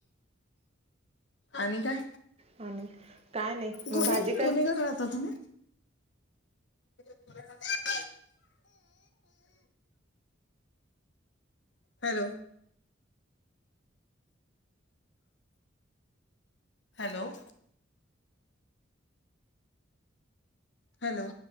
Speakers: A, on the left (about 60°); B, on the right (about 30°).
A: आणि काय?
B: आणि काय नाही मग
A: कोणी
B: भाजी काय
A: कोणीकडे राहता तुम्ही? <inaudible> ब <unintelligible> हॅलो? हॅलो? हॅलो?